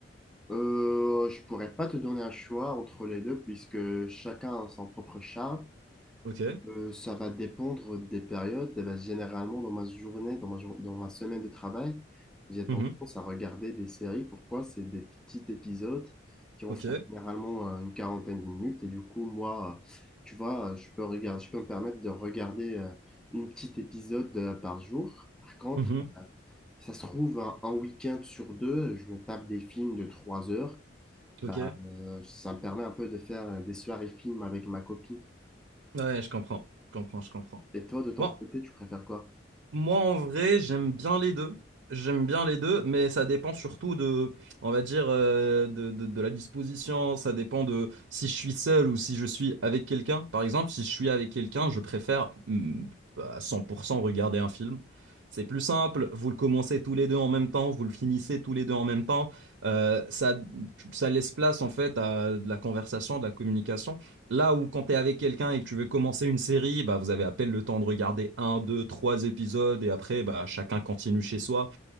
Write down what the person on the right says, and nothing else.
Ok.
Mhm.
Ok.
Mhm.
Ok.
Ouais, je comprends, je comprends, je comprends.
Bon,
Moi, en vrai, j'aime bien les deux. J'aime bien les deux, mais ça dépend surtout de, on va dire, euh, de, de- de la disposition. Ça dépend de si je suis seul ou si je suis avec quelqu'un. Par exemple, si je suis avec quelqu'un, je préfère hum, à 100% regarder un film. C'est plus simple. Vous le commencez tous les deux en même temps, vous le finissez tous les deux en même temps. Euh, ça, ça laisse place en fait à de la conversation, de la communication. Là où quand tu es avec quelqu'un et que tu veux commencer une série, bah, vous avez à peine le temps de regarder un, deux, trois épisodes et après, bah, chacun continue chez soi.